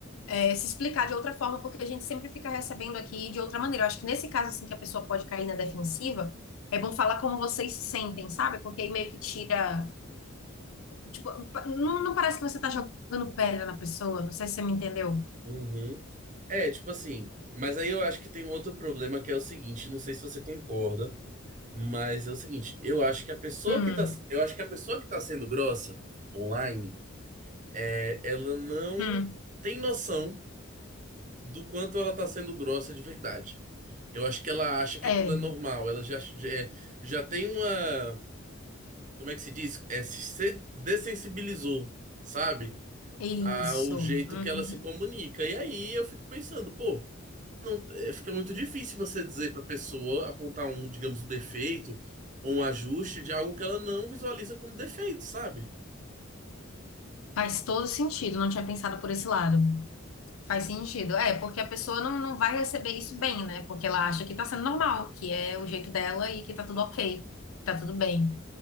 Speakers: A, on the left (about 85°); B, on the right (about 40°).
A: é, se explicar de outra forma, porque a gente sempre fica recebendo aqui de outra maneira. Eu acho que nesse caso, assim, que a pessoa pode cair na defensiva, é bom falar como vocês se sentem, sabe? Porque aí meio que tira. Tipo, não, não parece que você tá jogando pedra na pessoa. Não sei se você me entendeu.
B: uhum. É, tipo assim, mas aí eu acho que tem um outro problema que é o seguinte, não sei se você concorda, mas é o seguinte, eu acho que a pessoa
A: Hum,
B: que tá, eu acho que a pessoa que tá sendo grossa online, é, ela não
A: hum,
B: tem noção do quanto ela tá sendo grossa de verdade. Eu acho que ela acha que
A: é,
B: aquilo é normal, ela já, já, é, já tem uma, como é que se diz? É, se se dessensibilizou, sabe?
A: é isso.
B: a- o jeito
A: Uhum.
B: que ela se comunica. E aí eu fico pensando, pô, não, é, fica muito difícil você dizer para pessoa apontar um, digamos, um defeito ou um ajuste de algo que ela não visualiza como defeito, sabe?
A: Faz todo sentido, não tinha pensado por esse lado. Faz sentido. É, porque a pessoa não, não vai receber isso bem, né? Porque ela acha que tá sendo normal, que é o jeito dela e que tá tudo ok, que tá tudo bem.